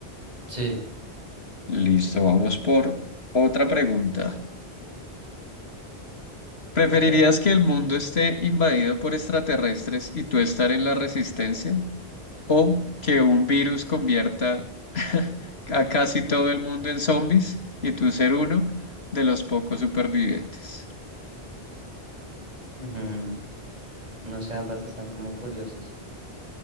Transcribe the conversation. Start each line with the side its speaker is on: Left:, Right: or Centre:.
Right: Sí,
Left: Listo, vamos por otra pregunta. ¿Preferirías
Right: dale, dale.
Left: que el mundo esté invadido por extraterrestres y tú estar en la resistencia? o que un virus convierta <laughs> a casi todo el mundo en zombies y tú ser uno de los pocos supervivientes.
Right: Ujú. No sé, ambas están como curiosas.